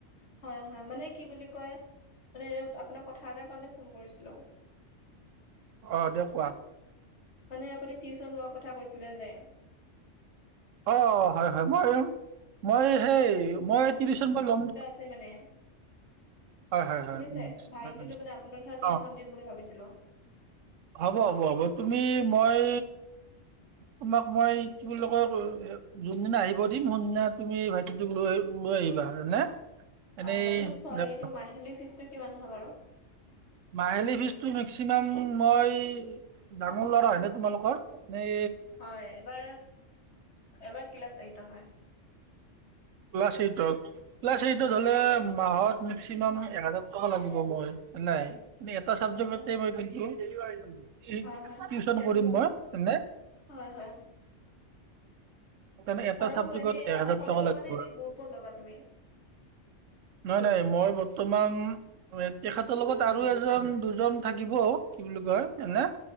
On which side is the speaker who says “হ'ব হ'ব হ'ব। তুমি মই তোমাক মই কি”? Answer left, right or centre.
Right